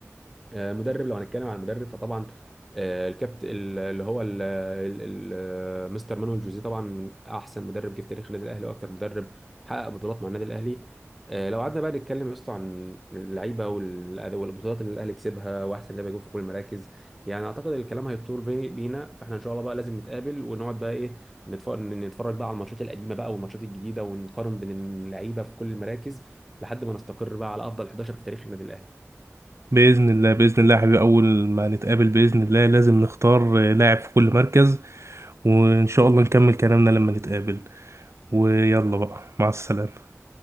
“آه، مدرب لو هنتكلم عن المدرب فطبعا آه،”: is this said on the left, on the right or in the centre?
Centre